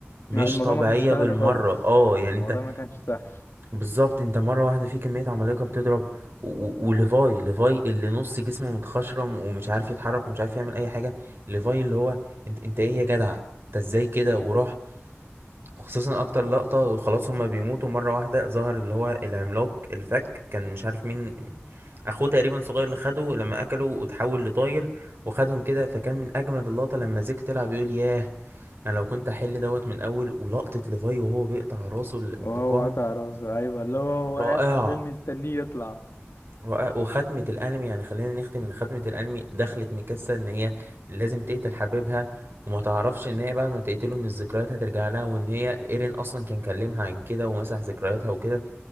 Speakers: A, on the right; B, on the left.
A: مش
B: الموضوع
A: طبيعيه
B: ما كانش سهل
A: بالمره
B: خالص
A: اه يعني
B: الموضوع
A: انت
B: ما كانش سهل
A: بالظبط انت مره واحده في كميه عمالقه بتضرب و... و... وليفاي ليفاي اللي نص جسمه متخشرم ومش عارف يتحرك ومش عارف يعمل اي حاجه ليفاي اللي هو انت انت ايه يا جدع انت ازاي كده وراح خصوصا اكتر لقطة وخلاص هما بيموتوا مرة واحدة ظهر اللي هو العملاق الفك كان مش عارف مين اخوه تقريبا صغير اللي خده لما اكله وتحول لطاير وخدهم كده فكان من اجمد اللقطة لما زيك طلع بيقول ياه انا لو كنت احل دوت من اول ولقطة ليفاي وهو بيقطع راسه الانتقام
B: وهو قطع راسه ايوه اللي هو هو
A: رائعة
B: قاعد حرفيا مستنيه يطلع
A: وأ- وختمة الأنمي يعني خلينا نختم إن ختمة الأنمي دخلت ميكاسا إن هي لازم تقتل حبيبها وما تعرفش إن هي بعد ما تقتله إن الذكريات هترجع لها وإن هي إيرين أصلا كان كلمها عن كده ومسح ذكرياتها وكده